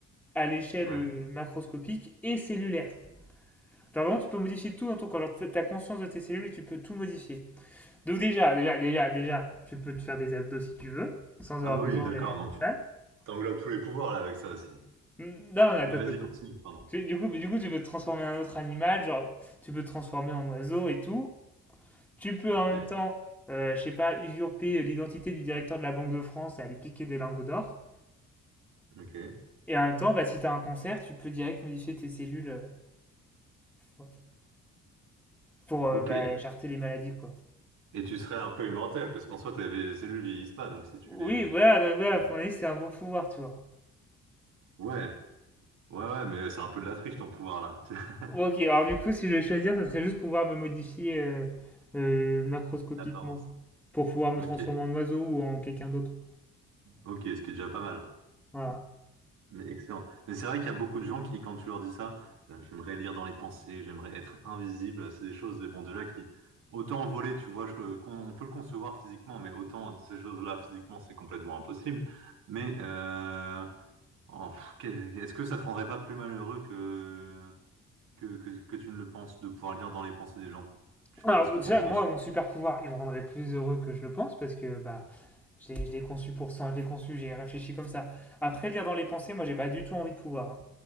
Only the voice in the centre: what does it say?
à l'échelle
euh, macroscopique et cellulaire. Genre vraiment, tu peux modifier tout dans ton corps. Genre, t'as- t'as conscience de tes cellules et tu peux tout modifier. Donc déjà, déjà, déjà, déjà, tu peux te faire des abdos si tu veux, sans avoir
besoin
d'aller à
la salle.
Hmm, Non, attends,
attends, attends.
Tu- Du coup, du coup, tu peux te transformer en un autre animal, genre, tu peux te transformer en oiseau et tout. Tu peux
en même temps, euh, je sais pas, usurper l'identité du directeur de la Banque de France et aller piquer des lingots d'or.
Et en même temps, bah, si t'as un cancer, tu peux direct modifier tes cellules euh, ouais, pour euh,
bah, jarter les maladies, quoi.
Oui,
voilà, donc voilà,
pour mon avis, c'est un bon pouvoir, tu vois.
Ok, alors du coup, si je vais choisir, ça serait juste pouvoir me modifier euh, euh, macroscopiquement
pour pouvoir
me transformer en oiseau ou en quelqu'un d'autre.
Voilà.
Alors
déjà,
moi, mon super pouvoir, il me rendrait plus heureux que je le pense parce que bah, je l'ai je l'ai conçu pour ça, je l'ai conçu, j'ai réfléchi comme ça. Après, lire dans les pensées, moi, j'ai pas du tout envie de pouvoir. hein.